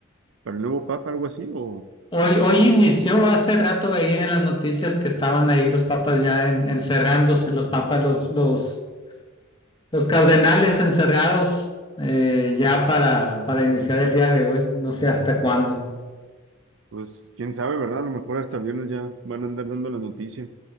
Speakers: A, on the right (about 65°); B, on the left (about 20°).
A: para el nuevo papa, algo así, o
B: Hoy, hoy inició, hace rato veía en las noticias que estaban ahí los papas ya en- encerrándose, los papas, los, los, los cardenales encerrados eh, ya para, para iniciar el día de hoy, no sé hasta cuándo.
A: pues quién sabe, ¿verdad? A lo mejor hasta el viernes ya van a andar dando la noticia.